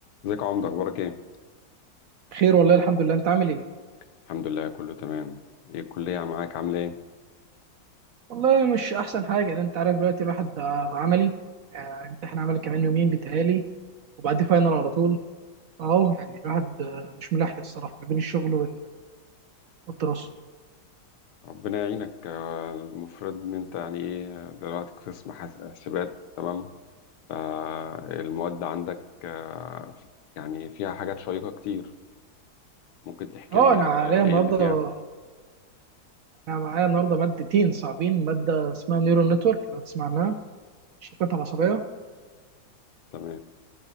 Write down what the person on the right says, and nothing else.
خير والله الحمد لله انت عامل ايه
والله مش احسن حاجه لان انت عارف دلوقتي الواحد بقى عملي آه، امتحان عملي كمان يومين بيتهيألي وبعد فاينل على طول اهو يعني الواحد آه، مش ملاحق الصراحه ما بين الشغل وال- والدراسه
اه
انا
عليا النهارده
انا معايا النهارده مادتين صعبين ماده اسمها نيورال نتورك لو تسمع عنها الشبكات العصبيه